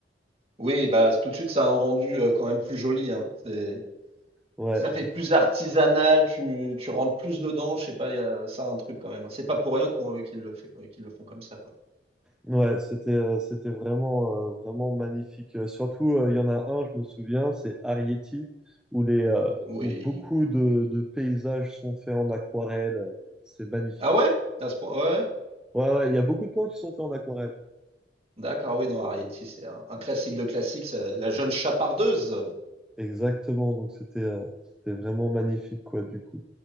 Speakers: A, on the right; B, in the centre.
A: Oui, bah tout de suite, ça a un rendu euh, quand même plus joli, hein. C'est,
B: Ouais,
A: ça fait
B: j'ai
A: plus
B: trouvé.
A: artisanal. Tu, tu rentres plus dedans. Je sais pas, il y a, ça a un truc quand même. C'est pas pour rien qu'on, euh, qu'ils le fait, qu'ils le font comme ça, quoi.
B: Ouais, c'était euh, c'était vraiment euh, vraiment magnifique. Euh, surtout, euh, il y en a un, je me souviens, c'est Arrietty, où les euh,
A: Oui.
B: où beaucoup de, de paysages sont faits en aquarelle. Euh, C'est magnifique.
A: Ah ouais? À ce point, ouais. ouais.
B: Ouais, ouais, il y a beaucoup de plans qui sont faits en aquarelle.
A: D'accord, ah oui, non, Arrietty, c'est un, un classique de classique, ça- la jeune chapardeuse.
B: Exactement, donc c'était euh, c'était vraiment magnifique quoi du coup.